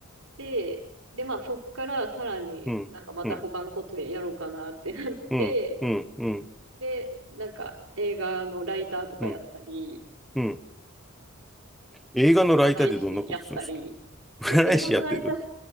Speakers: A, on the right; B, in the centre.
A: で、でまあそっからさらになんかまた他のことやろうかなってなって、
B: うん、うん、うん、うん、うん、
A: で、なんか映画のライターとかやったり、
B: うん、うん。映画のライターってどんなことするんですか
A: 占い師やったり、
B: <laughs>
A: そう、
B: 占い師やってる。
A: 映画のライター、